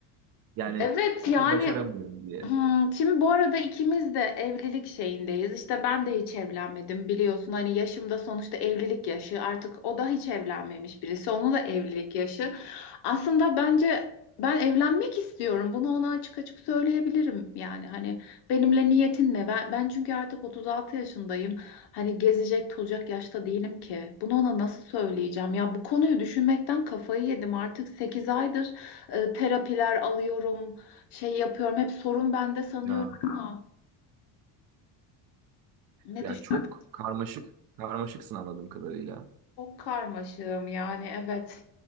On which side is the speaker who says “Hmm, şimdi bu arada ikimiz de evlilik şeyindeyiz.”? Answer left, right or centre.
Left